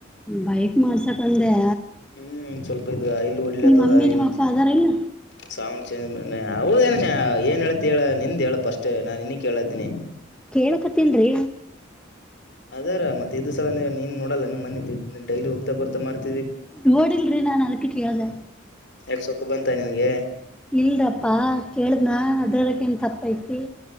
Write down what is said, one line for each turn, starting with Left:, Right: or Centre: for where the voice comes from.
Centre: ಬೈಕ್ ಮಾಡ್ಸಕ್ ಅಂದೇ.
Left: ಹ್ಮ್ ಸ್ವಲ್ಪ ಇದ ಆಯಿಲ್ ಒಡ್ಲಿ ಆತದ
Centre: ಮಮ್ಮಿ ನಿಮ್ಮ
Left: ಇಂ
Centre: ಅಪ್ಪ ಅದಾರ ಇಲ್ಲ
Left: ಸಾವಂಡ ಚಂದ ಅವ ಏ ಏನ್ ಹೇಳಳ್ತಿ ಹೇಳ ನಿಂದ ಹೇಳ ಫಸ್ಟ್ ನಾನ್ ಇನ್ನಿಕ್ ಹೇಳತೀನಿ.
Centre: ಕೇಳಕತ್ತೀನ್ರಿ.
Left: ಅದೇರ ಮತ್ತ ಇದ್ ಸಲ ನೀನ್ ನೋಡಲ್ಲ ಮಿ ಡೈಲಿ ಹೋಗತಾ ಬರ್ತಾ ಮಾಡ್ತ
Centre: ನೋಡಿಲ್ರಿ ನಾನ ಅದಕ್ಕೆ ಕೇಳಿದೆ.
Left: ಯಾಕ್ ಸೊಕ್ಕ ಬಂತ ನಿನ್ಗೆ.
Centre: ಇಲ್ರಪ್ಪಾ ಕೇಳ್ದನಾ ಅದ್ರಲ್ಲಕ್ಕ ನ್ ತಪ್ಪ ಐತಿ.